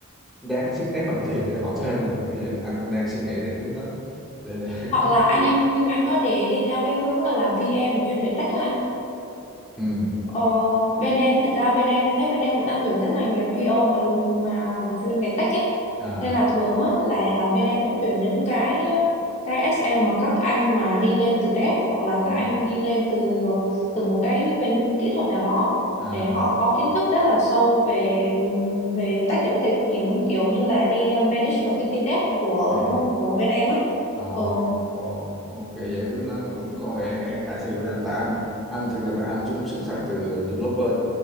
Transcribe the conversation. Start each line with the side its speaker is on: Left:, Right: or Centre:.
Centre: đáng xứng đáng đồng tiền để họ thuê mình. Như vậy anh cũng đang suy nghĩ đến hướng đó để để <laughs>
Left: hoặc
Centre: có
Left: là
Centre: một
Left: anh
Centre: cái
Left: anh anh anh có thể đi theo cái hướng là làm PM chuyên về tech á anh
Centre: ừ
Left: ờ, bên em thật ra bên em em thấy bên em cũng đang tuyển rất là nhiều PO mà mà mà chuyên về tech ấy
Centre: à
Left: nên là thường á là là bên em sẽ tuyển những cái cái SM mà các anh mà đi lên từ dev hoặc là các
Centre: ừ.
Left: anh đi lên từ từ một cái bên kỹ thuật nào đó
Centre: à
Left: để họ có kiến thức rất là sâu về về tech để có thể kiếm kiểu như là đi ờ, manage được cái team dev của
Centre: ừ.
Left: của bên em á
Centre: Ồ,
Left: ừ.
Centre: ồ, ok vậy hướng nó nó cũng có vẻ khả thi với anh tại anh anh thực ra bạn anh xung sức sang từ ờ, developer